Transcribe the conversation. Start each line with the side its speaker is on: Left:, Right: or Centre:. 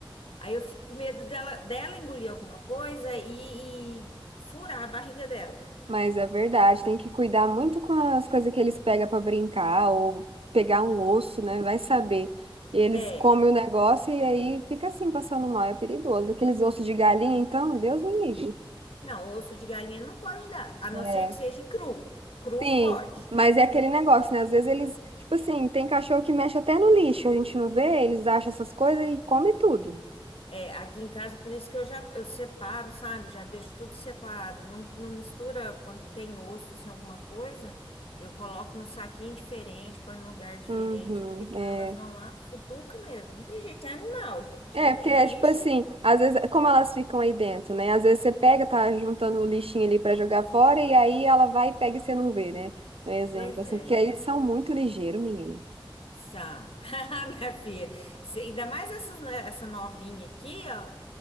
Left: Aí eu fico com medo dela, dela engolir alguma coisa e, e furar a barriga dela.
Right: Mas é verdade, tem que cuidar muito com as coisas que eles pegam para brincar ou pegar um osso, né? Vai saber. E eles
Left: É.
Right: comem o negócio e aí fica assim, passando mal, é perigoso. Aqueles ossos de galinha, então, Deus me livre.
Left: Não, osso de galinha não pode dar, a não
Right: É,
Left: ser que seja cru. Cru
Right: sim,
Left: pode.
Right: mas é aquele negócio, né? Às vezes eles, tipo assim, tem cachorro que mexe até no lixo, a gente não vê, eles acham essas coisas e come tudo.
Left: É, aqui em casa, por isso que eu já eu separo, sabe? Já deixo tudo separado. Não, não mistura quando tem osso, assim, alguma coisa. Eu coloco no saquinho diferente, põe num lugar diferente,
Right: Uhum,
Left: porque
Right: é.
Left: senão elas vão lá, futuca mesmo. Não tem jeito, é animal, gente.
Right: É,
Left: É,
Right: porque
Left: é
Right: é
Left: bicho.
Right: tipo assim, às vezes, como elas ficam aí dentro, né? Às vezes você pega, tá juntando o lixinho ali pra jogar fora, e aí ela vai e pega e você não vê, né? Um exemplo,
Left: Pois
Right: assim,
Left: é.
Right: porque aí eles são muito ligeiros, menino.
Left: São, <laughs> minha filha. Se- Ainda mais essas, né, essa novinha aqui, ó.